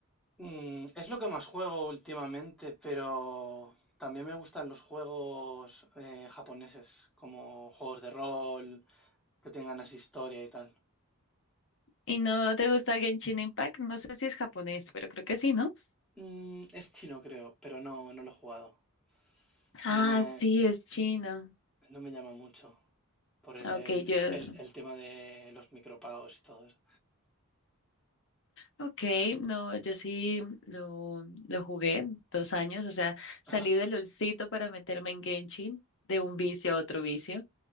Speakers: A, in the centre; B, on the left (about 60°).
A: Mm, es lo que más juego últimamente, pero también me gustan los juegos eh, japoneses, como juegos de rol, que tengan así historia y tal.
B: ¿Y no te gusta Genshin Impact? No sé si es japonés, pero creo que sí, ¿no?
A: Mm, es chino, creo, pero no, no lo he jugado.
B: Ah,
A: No me,
B: sí, es chino.
A: no me llama mucho por el,
B: Ok,
A: el-
B: yo.
A: el el tema de los micropagos y todo eso.
B: Ok, no, yo sí lo, lo jugué dos años, o sea, salí
A: Ajá.
B: del olcito para meterme en Genshin, de un vicio a otro vicio,